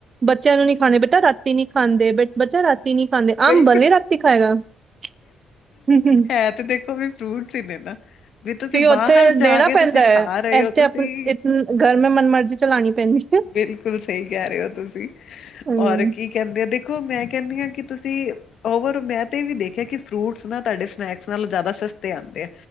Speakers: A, on the right; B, on the left.
A: ਬੱਚਿਆਂ ਨੂੰ ਨੀਂ ਖਾਣੇ ਬਚ ਚਾ ਰਾਤੀ ਨੀ ਖਾਂਦੇ, ਬਚ-ਬੱਚਾ ਰਾ ਤੀ ਨੀਂ ਖਾਂਦੇ,
B: ਬਿਲਕੁਲ
A: ਆਮ ਬੱਲ ਰਾਤੀ ਖਾਏਗਾ। ਹੂੰ-ਹੂੰ!
B: ਐ ਤੇ ਦੇਖੋ ਵੀ ਫਰੂਟਸ ਹੀ ਦੇ ਤਾ। ਵੀ ਤੁਸੀਂ
A: ਉੱਥੇ
B: ਬਾਹਰ ਜਾ
A: ਦੇਣਾ
B: ਕੇ
A: ਪੈਂਦਾ
B: ਤੁਸੀਂ
A: ਹੈ
B: ਖਾ ਰਏ
A: ਇੱਥੇ
B: ਓ, ਤੁਸੀਂ
A: ਆਪ ਇਤ ਘਰ ਮੇਂ ਮਨ ਮਰਜੀ ਚਲਾਣੀ ਪੈਂਦੀ। ਹੈ
B: ਬਿਲਕੁਲ ਸਈ ਕੈ ਰੇ ਓ ਤੁਸੀਂ।
A: ਹੂੰ
B: ਔਰ ਕੀ ਕੈਂਦੇ, ਦੇਖੋ ਮੈਂ ਕੈਂਨੀ ਆਂ ਕਿ ਤੁਸੀਂ ਓਵਰ ਮੈਂ ਤੇ ਐ ਵੀ ਦੇਖਿਆ ਕਿ ਫਰੂਟਸ ਨਾ ਤਾਡੇ ਸਨੈਕਸ ਨਾਲੋਂ ਜਾਦਾ ਸਸਤੇ ਆਂਦੇ ਐ।